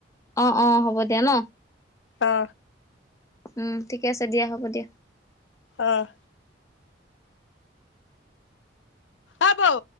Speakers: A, on the left; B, on the left.
A: অ অ হ'ব দিয়া ন
B: অ
A: উম ঠিকে আছে দিয়া হ'ব দিয়া
B: অহ অহ বৌ